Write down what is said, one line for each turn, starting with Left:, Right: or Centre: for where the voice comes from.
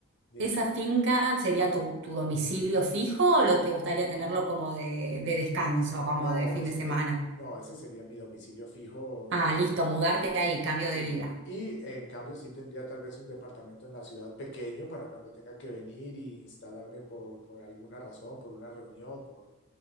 Left: dime.
Right: esa finca sería tu, tu domicilio fijo o lo te gustaría tenerlo como de, de descanso, como
Left: No,
Right: de fin
Left: es,
Right: de semana?
Left: eh, no, ese sería mi domicilio fijo
Right: Ah,
Left: de
Right: listo,
Left: una.
Right: mudarte ahí, cambio de
Left: Sí,
Right: vida.
Left: y en cambio sí tendría tal vez un departamento en la ciudad pequeño para cuando tenga que venir y instalarme por, por alguna razón, por una reunión, por